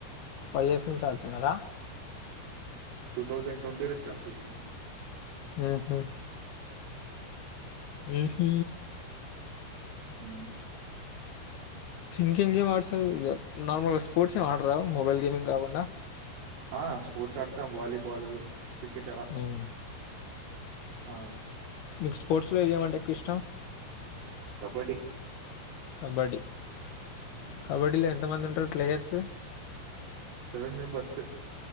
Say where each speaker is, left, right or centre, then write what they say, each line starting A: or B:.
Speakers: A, on the left (about 70°); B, on the right (about 85°).
A: ఫైవ్ ఇయర్స్ నుంచి ఆడుతున్నారా
B: టూ థౌజండ్ ట్వంటీ లో స్టార్ట్ చేసినా
A: ఆ హా ఊ హు
B: ఊ
A: ఇంకేం గేమ్ ఆడతారు ఇ నార్మల్గా స్పోర్ట్స్ ఏం ఆడరా మొబైల్ గేమింగ్ కాకుండా
B: ఆ స్పోర్ట్స్ ఆడతాం వాలీబాల్ క్రికెట్ అలా
A: మ్మ్.
B: ఆ
A: మీకు స్పోర్ట్స్ లో ఏమంటే ఎక్కువ ఇష్టం
B: కబడ్డి
A: కబడ్డీ
B: హుహు.
A: కబడ్డీలో ఎంత మంది ఉంటారు players
B: seven members